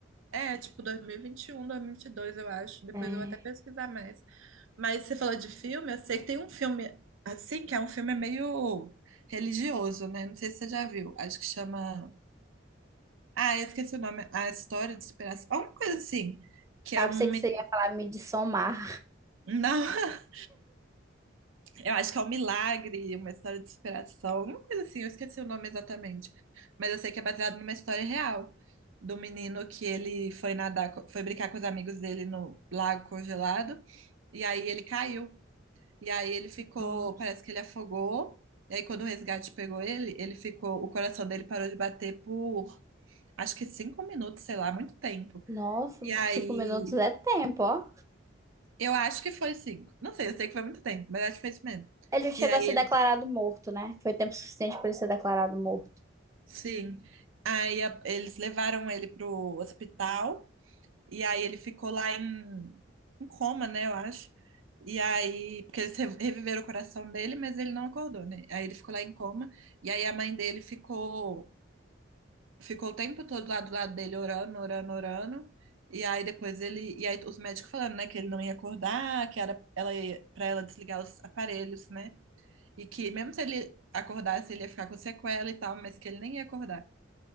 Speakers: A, on the right (about 85°); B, on the right (about 15°).
A: É, tipo 2021, 2022, eu acho. Depois
B: É.
A: eu vou até pesquisar mais. Mas você falou de filme, eu sei que tem um filme assim, que é um filme meio religioso, né? Não sei se você já viu. Acho que chama. Ah, eu esqueci o nome. A História de Superação. Alguma coisa assim. Que
B: Ah,
A: é um.
B: pensei que
A: me-
B: você ia falar me de somar.
A: Não. <laughs> Eu acho que é um milagre, uma história de superação, alguma coisa assim, eu esqueci o nome exatamente. Mas eu sei que é baseado numa história real do menino que ele foi nadar, co- foi brincar com os amigos dele no lago congelado, e aí ele caiu. E aí ele ficou,
B: Nossa,
A: parece que ele afogou. E aí quando o resgate pegou ele, ele ficou, o coração dele parou de bater por acho que cinco minutos, sei lá, muito tempo.
B: Nossa,
A: E aí,
B: cinco minutos é tempo, ó.
A: eu acho que foi cinco. Não sei, eu sei que foi muito tempo, mas acho que foi isso mesmo.
B: Ele chegou
A: E aí
B: a ser
A: ele
B: declarado morto, né? Foi tempo suficiente para ele ser declarado morto.
A: Sim. Aí a- eles levaram ele pro hospital e aí ele ficou lá em, em coma, né, eu acho. E aí, porque eles re- reviveram o coração dele, mas ele não acordou, né? Aí ele ficou lá em coma e aí a mãe dele ficou ficou o tempo todo lá do lado dele orando, orando, orando. E aí depois ele e aí os médicos falando, né, que ele não ia acordar, que era ela para ela desligar os aparelhos, né? E que mesmo se ele acordasse, ele ia ficar com sequela e tal, mas que ele nem ia acordar.